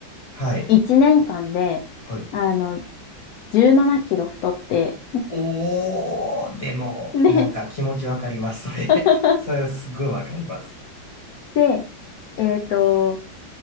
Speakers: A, on the left (about 45°); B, on the left (about 75°).
A: はい、
B: 1年間で、
A: はい。
B: あの、17キロ太って、
A: おー、でも、
B: で、
A: なんか気持ちわかります、それ。
B: <laughs>
A: <laughs> それすごいわかります。
B: で、えーっと、